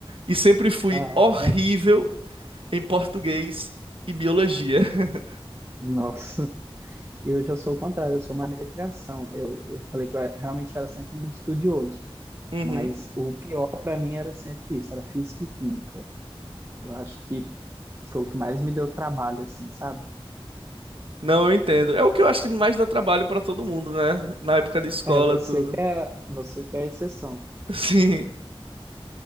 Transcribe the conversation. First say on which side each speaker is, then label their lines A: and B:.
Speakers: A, on the right; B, on the right.
A: E sempre fui
B: caraca.
A: horrível em português e biologia. <laughs>
B: Nossa, <laughs> eu já sou o contrário, eu sou uma negação. Eu, eu falei que eu era- realmente era sempre muito estudioso,
A: Uhum.
B: mas o pior para mim era sempre isso, era física e química. Eu acho que foi o que mais me deu trabalho, assim, sabe?
A: Não, eu entendo. É o que eu acho que mais dá trabalho pra todo mundo, né? Na época da escola,
B: É, você
A: tudo.
B: que é, você que é a exceção,
A: <laughs> Sim,